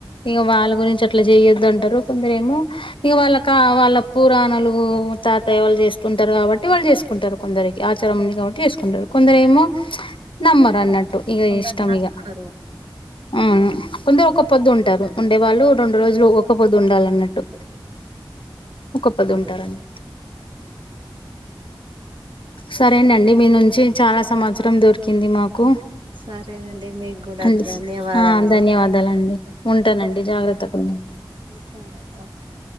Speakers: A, on the left; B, on the right.
A: ఇంక వాళ్ళ గురించి అట్లా చేయొద్ అంటారు కొందర ఏమో ఇక వాళ్ళ కా వాళ్ళ పురాణాలు తాతయవాళ చేస్తు ంటారు కాబట్టి వాళ్ళు చేసుకుంటారు కొందరికి ఆచారం ఉంది కాబట్టి చేసుకుంటారు కొందరు ఏమో నమ్మరు అన్నట్టు ఇ
B: కొందరు
A: ఇష్టంగ
B: నమ్మరు
A: ఆ ముంద ఒక పొద్దు ఉంటారు ఉండే వాళ్ళు రెండు రోజులు ఒక పొద్దు ఉండాల అన్నట్టు ఒక పది ఉంటారండి సరేనండి మీ నుంచి చాలా సంవత్సరం దొరికింది మాకు
B: సరేనండి మీకు కూడా
A: అడి
B: ధన్యవాదములు
A: ఆ ధన్యవాదాలు అండి ఉంటానండి జాగ్రత్తకుడా
B: సరే ఓకే